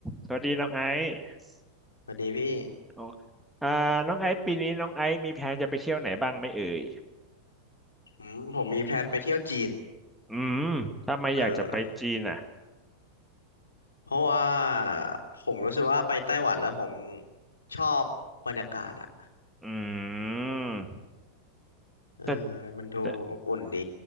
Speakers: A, in the centre; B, on the left.
A: สวัสดีน้องไอซ์
B: สวัสดีพี่
A: โออ่าน้องไอซ์ปีนี้น้องไอซ์มีแผนจะไปเที่ยวไหนบ้างไหมเอ่ย
B: อืมผมมีแพลนไปเที่ยวจีน
A: อืมทำไมอยากจะไปจีนอ่ะ
B: เออเพราะว่าผมรู้สึกว่าไปไต้หวันแล้วผมชอบบรรยากาศอะ
A: อืม
B: เออ
A: แต่
B: มันดูอบอุ่นดี
A: แต่